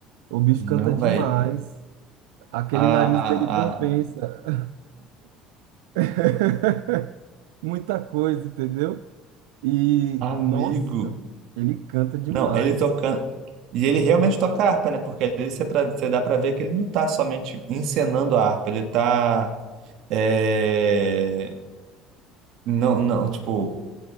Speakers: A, on the right; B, on the right.
A: O bicho
B: Não,
A: canta demais.
B: velho.
A: Aquele
B: A,
A: nariz dele compensa
B: a-
A: <laughs> muita coisa, entendeu? E,
B: amigo.
A: nossa, ele canta demais.
B: Não, ele tocando. E ele realmente toca harpa, né? Porque ali você, pra- você dá pra ver que ele não tá somente encenando a harpa, ele tá. é, Não, não, tipo,